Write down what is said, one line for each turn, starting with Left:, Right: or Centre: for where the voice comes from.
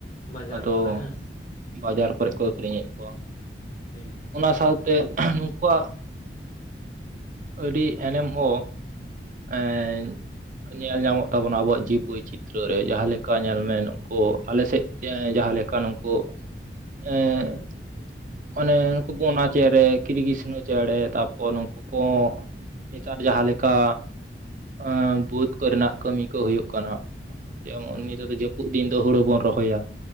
Left: ᱵᱟᱡᱟᱨ
Right: ᱟᱫᱚ
Left: ᱠᱚᱨᱮ ᱦᱮᱸ
Right: ᱵᱟᱡᱟᱨ ᱠᱚᱨᱮᱜ ᱠᱚ ᱟᱹᱠᱷᱨᱤᱧᱮᱜ ᱠᱚᱣᱟ᱾
Left: ᱦᱮᱸ
Right: ᱚᱱᱟ ᱥᱟᱶ ᱛᱮ ᱱᱩᱠᱩᱣᱟᱜ ᱟᱹᱰᱤ ᱮᱱᱮᱢ ᱦᱚᱸ ᱮᱸᱻ ᱧᱮᱞ ᱧᱟᱢᱚᱜ ᱛᱟᱵᱚᱱᱟ ᱟᱵᱚᱣᱟᱜ ᱡᱤᱵᱽ ᱵᱟᱹᱭᱪᱤᱛ ᱪᱤᱛᱨᱚ ᱨᱮ ᱡᱟᱦᱟᱸ ᱞᱮᱠᱟ ᱧᱮᱞ ᱢᱮ ᱱᱩᱠᱩ ᱟᱞᱮ ᱥᱮᱫ ᱡᱟᱦᱟᱸ ᱞᱮᱠᱟ ᱱᱩᱠᱩ ᱮᱸᱻ ᱢᱟᱱᱮ ᱱᱩᱠᱩ ᱵᱚᱱᱟ ᱪᱮᱬᱮ ᱠᱤᱨᱤ ᱠᱤᱥᱱᱚ ᱪᱮᱬᱮ ᱛᱟᱨᱯᱚᱨ ᱱᱩᱠᱩ ᱠᱚᱸᱜ ᱱᱮᱛᱟᱨ ᱡᱟᱦᱟᱸ ᱞᱮᱠᱟ ᱮᱸ ᱵᱟᱹᱫ ᱠᱚᱨᱮ ᱱᱟᱜ ᱠᱟᱹᱢᱤ ᱠᱚ ᱦᱩᱭᱩᱜ ᱠᱟᱱᱟ ᱡᱮᱢᱚᱱ
Left: ᱦᱮᱸ
Right: ᱱᱤᱛᱚᱜ ᱫᱚ ᱡᱟᱹᱯᱩᱫ ᱫᱤᱱ ᱫᱚ ᱦᱩᱲᱩ ᱵᱚᱱ ᱨᱚᱦᱚᱭᱟ